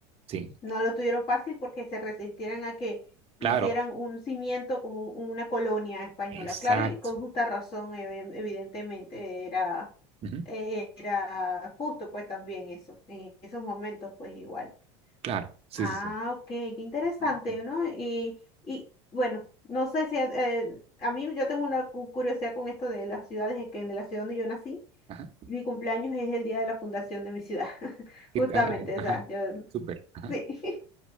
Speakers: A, on the right; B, on the left.
A: ¿sí?
B: No lo tuvieron fácil porque se resistieran a que hicieran
A: Claro,
B: un cimiento como una colonia española.
A: exacto.
B: Claro, y con justa razón, ev- evidentemente, era,
A: Ujú.
B: eh, era justo pues también eso, en esos momentos pues igual.
A: Claro, sí,
B: Ah,
A: sí, sí.
B: ok, qué interesante,
A: Exacto.
B: ¿no? Y, y bueno, no sé si eh, a mí yo tengo una cu- curiosidad con esto de las ciudades, es que de la ciudad donde yo nací,
A: Ajá.
B: mi cumpleaños es el día de la fundación de mi ciudad, <laughs>
A: ¿Qué
B: justamente,
A: tal, eh? Ajá.
B: o sea, yo
A: Súper. Ajá.
B: Sí,